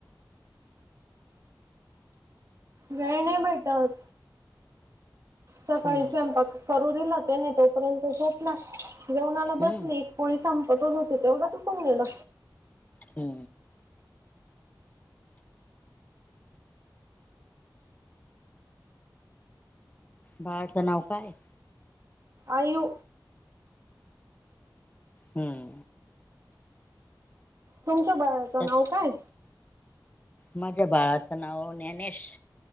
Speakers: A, on the right (about 45°); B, on the left (about 20°).
A: वेळ नाही भेटत. सकाळी
B: हम्म
A: स्वयंपाक करू दिला त्याने तोपर्यंत झोपला, जेवणाला
B: हम्म
A: बसली पोळी संपतच होते, तेवढ्यात उठून गेला.
B: हू. बाळाचं नाव काय ए?
A: आयु
B: हुं.
A: तुमच्या बाळाचं
B: त्याच
A: नाव काय?
B: माझ्या बाळाचं नाव न्यानेश.